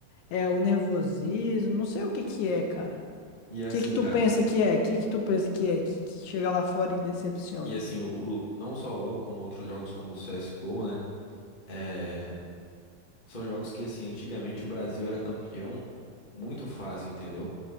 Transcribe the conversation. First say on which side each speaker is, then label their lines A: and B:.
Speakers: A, on the left; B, on the left.
A: é o nervosismo, não sei o que que é, cara.
B: E assim,
A: O que que tu
B: cara.
A: pensa que é? O que que tu pensa que é que, que chega lá fora e decepciona?
B: E assim, o, o- não só o LoL, como outros jogos como o CSGO, né? É, são jogos que, assim, antigamente o Brasil era campeão muito fácil, entendeu?